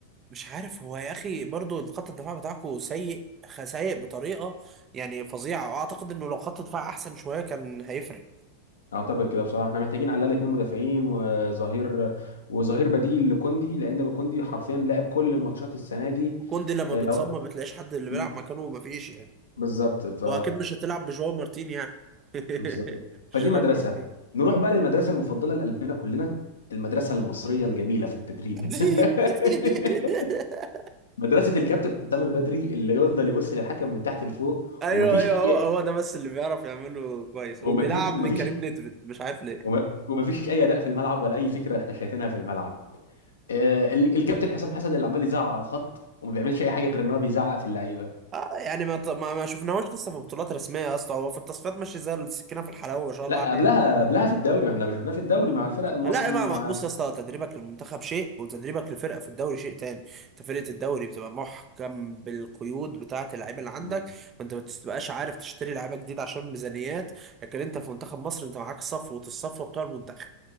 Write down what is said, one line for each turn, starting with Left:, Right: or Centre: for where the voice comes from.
Right: مش عارف هو يا اخي برضو خط الدفاع بتاعكو سيء خ- سيء بطريقه يعني فظيعه واعتقد انه لو خط الدفاع احسن شويه كان هيفرق
Left: اعتقد كده بصراحه احنا محتاجين على الاقل اتنين مدافعين وظهير وظهير بديل لكوندي لان كوندي حرفيا لعب كل الماتشات السنه دي
Right: كوندي لما
Left: آه،
Right: بيتصاب
Left: لو
Right: ما بتلاقيش حد اللي
Left: م-
Right: بيلعب مكانه ومفيش يعني
Left: بالظبط ف
Right: واكيد مش هتلعب بجواو مارتين يعني <laughs>
Left: بالظبط فدي
Right: جيرار
Left: مدرسه
Right: مارتين
Left: نروح بقى للمدرسه المفضله لقلبنا كلنا المدرسه المصريه الجميله في التدريب
Right: <laughs>
Left: <laughs> مدرسة الكابتن حسام البدري اللي يفضل يبص للحكم من تحت لفوق
Right: ايوه
Left: ومفيش
Right: ايوه
Left: أي
Right: هو هو ده بس اللي بيعرف يعمله كويس
Left: وما
Right: وبيلعب
Left: دي ومفيش
Right: لكريم نيدفيد مش عارف
Left: وما ومفيش أي أداء في الملعب ولا أي فكرة احنا شايفينها في الملعب آه، ال- الكابتن حسام حسن اللي عمال يزعق على الخط وما بيعملش أي حاجة غير إن هو بيزعق في اللعيبة
Right: آه يعني ما ما ما شفناهوش لسه في بطولات رسميه يا اسطى هو في التصفيات ماشي زي السكينه في الحلاوه ما شاء الله
Left: لا
Right: عليه
Left: قبلها قبلها في الدوري احنا شفناه في الدوري مع الفرق المصري
Right: لا ما
Left: ومع
Right: ما- بص يا اسطى تدريبك للمنتخب شيء وتدريبك لفرقه في الدوري شيء تاني انت فرقه الدوري بتبقى محكم بالقيود بتاعه اللعيبه اللي عندك
Left: مم.
Right: فانت ما بتبقاش عارف تشتري لعيبه جديده عشان ميزانيات لكن انت في منتخب مصر انت معاك صفوه الصفوه بتوع المنتخب